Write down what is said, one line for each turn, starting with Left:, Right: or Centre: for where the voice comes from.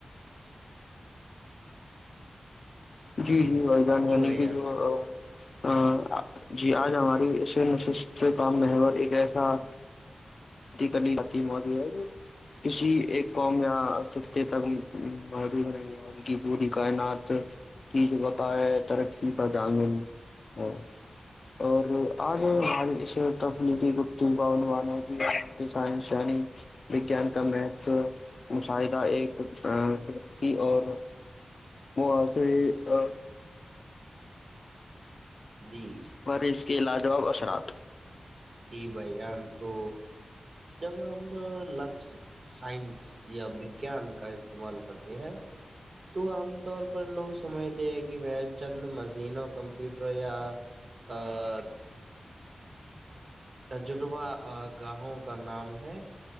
Left: جی جی بھائی جان <unintelligible>
Right: جی بھائی جان
Left: ہاں جی آج ہماری <unintelligible> کا محور ایک ایسا کتی کرنی آپکی موج ہوجاےگی کسی ایک قوم یا خطے تک موجود نہیں ہو انکی پوری کائنات چیز بقائے ترقی کا دامن ہو اور آگے ہماری تفلی کی گفتگو کا عنوان ہے <unintelligible> پہ وگیان کم ہے تو مشاہدہ ایک ا ترقی اور وہ تھری ا
Right: جی
Left: پر اس کے لاجواب اثرات
Right: جی بھائی جان تو جب ہم لفظ سائنس یا وگیان کا استعمال کرتے ہیں تو عام طور پر لوگ سمجھتے ہیں کہ میں چند مشینوں کمپیوٹر یا آ تجربہ گاہوں کا نام ہے